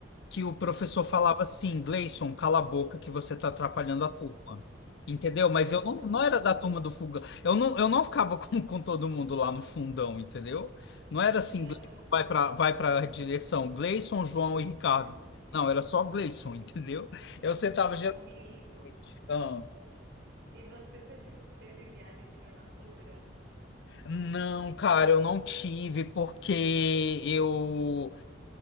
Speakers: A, on the left; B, on the right.
A: que o professor falava assim, Gleison, cala a boca que você está atrapalhando a turma. Entendeu? Mas
B: <laughs>
A: eu não, não era da turma do fogão. Eu não, eu não ficava <laughs> com, com todo mundo lá no fundão, entendeu? Não era assim,
B: Aham.
A: Gleison, vai para vai para a direção, Gleison, João e Ricardo.
B: <clears throat>
A: Não, era só Gleison, <laughs> entendeu? Eu sentava
B: O
A: geralmente.
B: amigo.
A: ah,
B: E você teve, teve viagem de formatura?
A: Não, cara, eu não tive porque eu